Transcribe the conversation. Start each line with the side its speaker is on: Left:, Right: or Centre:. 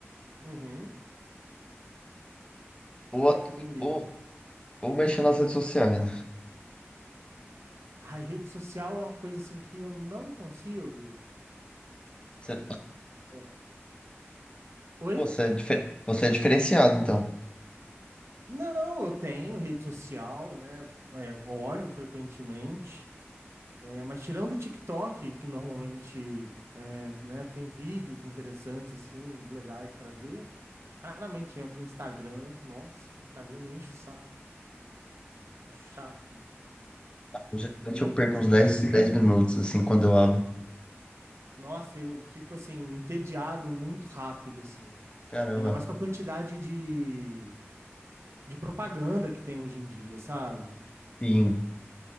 Right: Uhum. O
Left: Ou,
Right: que é que você tem lido?
Left: ou, ou mexer nas redes sociais, né?
Right: Ai, rede social é uma coisa, assim, que eu não consigo.
Left: Você,
Right: É, Oi?
Left: pô, você é, dife- você é diferenciado, então.
Right: Não, eu tenho rede social, né? É, olho frequentemente. É, mas tirando o TikTok, que normalmente é, né, tem vídeos interessantes, assim, legais para ver, raramente entro no Instagram. Nossa, o Instagram me enche o saco, acho chato.
Left: Geralmente
Right: E,
Left: eu perco uns dez 10 minutos, assim, quando eu abro.
Right: nossa, eu fico, assim, entediado muito rápido, assim.
Left: Caramba.
Right: Ainda mais com a quantidade de, de propaganda que tem hoje em dia, sabe?
Left: Sim,